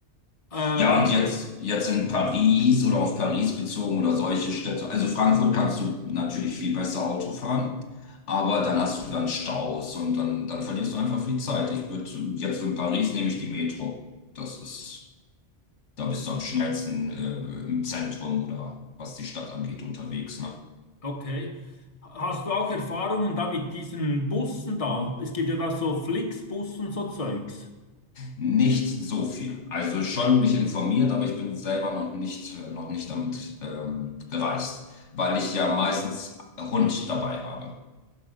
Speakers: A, on the left; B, on the left.
A: Äh,
B: Ja, und jetzt, jetzt in Paris oder auf Paris bezogen oder solche Städte. Also Frankfurt kannst du natürlich viel besser Auto fahren, aber dann hast du dann Staus und dann, dann verlierst du einfach viel Zeit. Ich würde jetzt so in Paris nehme ich die Metro. Das ist, da bist du am schnellsten äh, im Zentrum oder was die Stadt angeht unterwegs, ne?
A: okay. Hast du auch Erfahrungen da mit diesen Bussen da? Es gibt ja da so Flixbus und so Zeugs.
B: Nicht so viel. Also schon mich informiert, aber ich bin selber noch nicht, äh, noch nicht damit ähm, gereist, weil ich ja meistens Hund dabei habe.